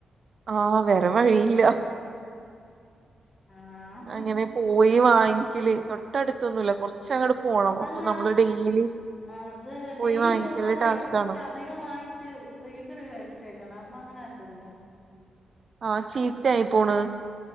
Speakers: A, on the right; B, on the left.
A: ആഹ് വേറെ വഴിയില്ല
B: ആഹ്
A: അങ്ങനെ പോയി വാങ്ങിക്കല് തൊട്ടടുത്തൊന്നില്ല കൊർ ച്ചങ്ങട് പോണം അപ്പൊ
B: അല്ല
A: നമ്മള് ഡെയിലി
B: അത്
A: പോയി
B: ഡെയിലി
A: വാങ്ങിക്കല്
B: പോവാതെ
A: ടാസ്കാണ്.
B: കുറച്ച് അധികം വാങ്ങിച്ച് ഫ്രീസറില് വെച്ചേക്കണം അപ്പൊ അങ്ങനെ പറ്റില്ലേ
A: ആഹ് ചീത്തായി പോണ്